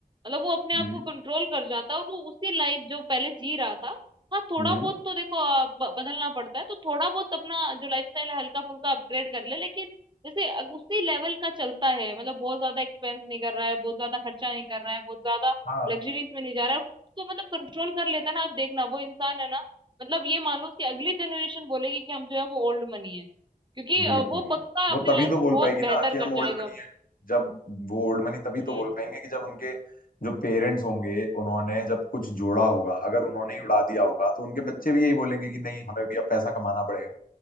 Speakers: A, on the right; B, on the left.
A: मतलब वो अपने
B: हम्म
A: आप को कंट्रोल कर जाता है और वो उसी लाइफ जो पहले जी रहा था हाँ थोड़ा
B: हम्म
A: बहुत तो देखो आ, ब- बदलना पड़ता है तो थोड़ा बहुत अपना जो लाइफस्टाइल है हल्का फुल्का अपग्रेड कर ले लेकिन जैसे अग- उसी लेवल का चलता है मतलब बहुत ज्यादा एक्सपेंस नहीं कर रहा है बहुत ज्यादा खर्चा नहीं कर रहा है बहुत ज्यादा
B: हाँ
A: लग्जरीज में नहीं जा रहा है तो मतलब कंट्रोल कर लेता है ना आप देखना वो इंसान है ना मतलब ये मान लो कि अगली जनरेशन बोलेगी कि हम जो है वो ओल्ड मनी है क्योंकि
B: बिल्कुल
A: अ, वो पक्का
B: वो
A: अपनी
B: तभी
A: लाइफ
B: तो बोल
A: में बहुत
B: पाएगी
A: बेहतर
B: ना कि हम
A: कर
B: ओल्ड
A: जाएगा
B: मनी है जब वो ओल्ड मनी तभी तो
A: हम्म,
B: बोल पाएंगे कि जब उनके जो पेरेंट्स होंगे उन्होंने जब कुछ जोड़ा होगा अगर उन्होंने ही उड़ा दिया होगा तो उनके बच्चे भी यही बोलेंगे कि नहीं हमें भी अब पैसा कमाना पड़ेगा